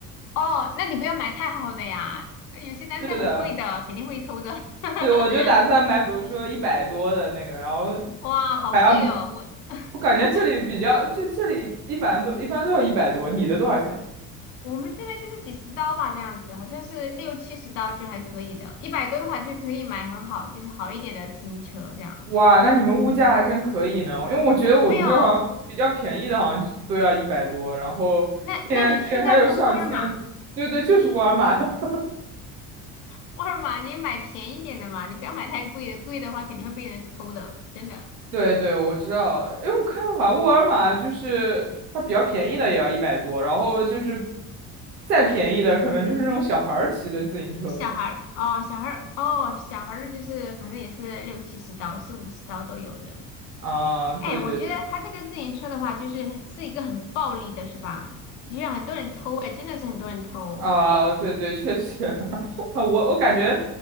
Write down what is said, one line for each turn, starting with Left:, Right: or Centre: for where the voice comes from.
Left: 哦，那你不要买太好的呀，有些单车很贵的，
Right: 是的，
Left: 肯定会偷的。<laughs>
Right: 对，我就打算买，比如说一百多的那个，然后
Left: 哇，好贵哦，
Right: 还要买。
Left: 我 <laughs>
Right: 我感觉这里比较，就这里一般都一般都要一百多，你的多少钱啊？
Left: 我们这边就是几十刀吧，这样子，好像是六七十刀就还可以的，一百多的话就可以买很好，就是好一点的自行车这样。
Right: 哇，那你们物价还真可以呢，因为我觉得我们这好像比较便宜的，
Left: 没有，
Right: 好像就都要一百多，然后竟然竟然还有上千，
Left: 那那你去那个沃尔玛，
Right: 对对，就是沃尔玛的，
Left: 你去
Right: <laughs>
Left: 沃尔玛你也买便宜点的嘛，你不要买太贵的，贵的话肯定会被人偷的，真的。
Right: 对对，我知道，因为我看好像沃尔玛就是它比较便宜的也要一百多，然后就是再便宜的可能就是那种小孩儿骑的自行车了
Left: 小孩儿哦，小孩儿哦，小孩儿的就是反正也是六七十刀、四五十刀都有的。
Right: 啊，对对对
Left: 哎，我觉得他这个自行车的话，就是是一个很暴利的，是吧？就像很多人偷，哎，真的是很多人偷。
Right: 啊，对对，确实，<laughs> 我我感觉。